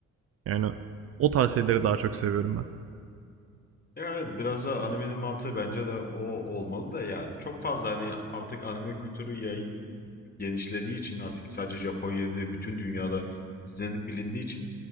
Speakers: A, on the right (about 50°); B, on the left (about 30°).
A: Yani o tarz şeyleri daha çok seviyorum ben.
B: Ya evet biraz da animenin mantığı bence de o olmalı da ya çok fazla hani artık anime kültürü yayın genişlediği için artık sadece Japonya'da değil bütün dünyada izlenip bilindiği için